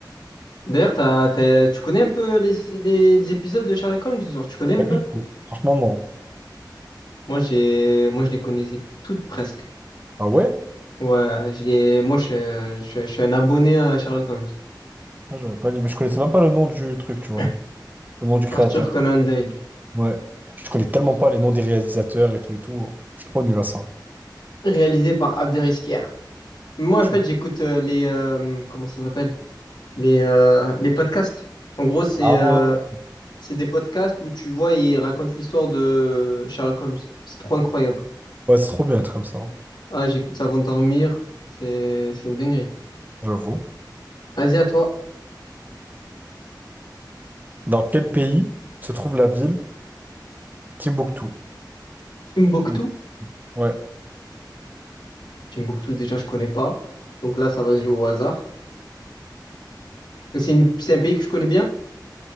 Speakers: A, on the left; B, on the right.
A: D'ailleurs, t'as, t'as- tu connais un peu les, les- les épisodes de Sherlock Holmes? Genre, tu connais un
B: Pas
A: peu?
B: du tout. Franchement, non.
A: Moi, j'ai, moi, je les connaissais toutes presque.
B: Ah ouais?
A: Ouais, j'ai, moi, je, suis un- je, je suis un abonné à Sherlock Holmes.
B: Ah, j'aurais pas dit. Mais je connaissais même pas le nom du truc, tu
A: <laughs>
B: vois. Le nom du créateur.
A: Arthur Conan Doyle,
B: Ouais. Je connais tellement pas les noms des réalisateurs et tout et tout. Je suis trop nul à ça.
A: réalisé par Abderrykher. Moi,
B: Je
A: en fait,
B: suis-
A: j'écoute euh, les, euh, comment ça s'appelle? Les, euh, les podcasts. En gros, c'est
B: Ah,
A: euh, c'est des podcasts où tu vois, ils racontent l'histoire de Sherlock Holmes. C'est trop incroyable.
B: ouais, c'est trop bien être comme ça.
A: Ah, j'écoute ça avant de dormir. C'est c'est une dinguerie.
B: J'avoue.
A: Vas-y, à toi.
B: Dans quel pays se trouve la ville? Timbuktu.
A: Timbuktu.
B: Ou- Ouais.
A: Timbuktu, déjà, je connais pas. Donc là, ça va se jouer au hasard. Mais C'est une- c'est un pays que je connais bien.